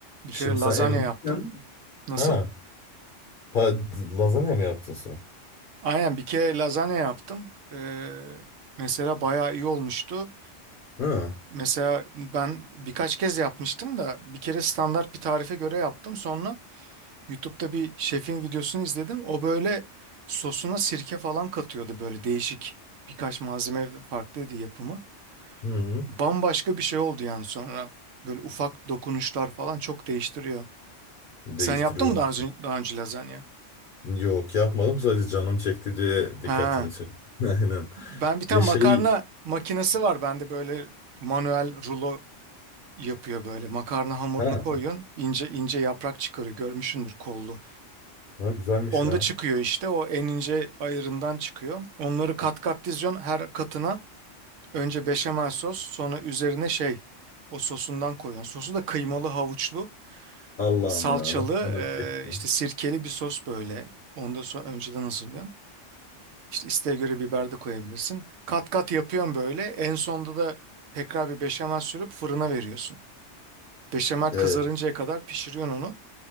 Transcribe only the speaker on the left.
Şimdi
sen evlisin.
Ha, pa lazanya mı yaptın sen?
Ha.
Hı.
Değiştiriyordur.
Yok yapmadım sadece canım çekti diye dikkatimi
çekti. <laughs> Aynen.
Ya şey
ha,
ha güzelmiş
ya.
Allah'ım
ya nasıl canım
çekti.
Evet.